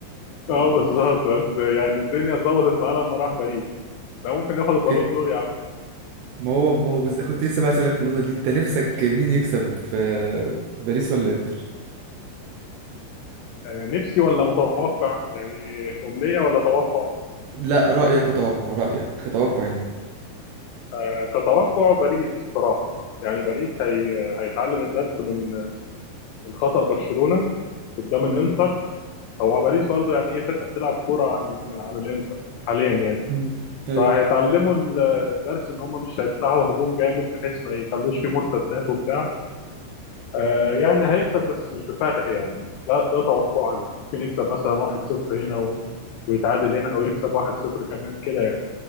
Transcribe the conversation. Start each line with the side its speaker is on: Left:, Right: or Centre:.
Left: اه
Right: انت يعني
Left: بالظبط
Right: مش فاهم
Left: بس يعني الدنيا اتظبطت معاه لما راح باريس ده ممكن ياخد البالون
Right: كده
Left: دور يا عم
Right: ما هو ما هو بز... كنت لسه بقى اسالك في النقطه دي انت نفسك مين يكسب في باريس ولا انتر
Left: آه، نفسي ولا متوقع يعني أمنية ولا توقع
Right: لا رايك اتوقع رايك اتوقع انت
Left: آه، كتوقع باريس بصراحة يعني باريس هي هيتعلم الدرس من من خطأ برشلونة قدام الانتر
Right: امم
Left: هو باريس برضو يعني ايه فرقة بتلعب كورة عن عن الانتر حاليا يعني
Right: امم ايوه
Left: فهيتعلموا ال- الدرس ان هم مش هيفتحوا هجوم جامد بحيث ما يخلوش فيه مرتدات وبتاع آه يعني هيكسب بس مش بفرق يعني ده ده توقعنا ممكن يكسب مثلا 1-0 هنا و... ويتعادل هنا او يكسب 1-0 كمان كده يعني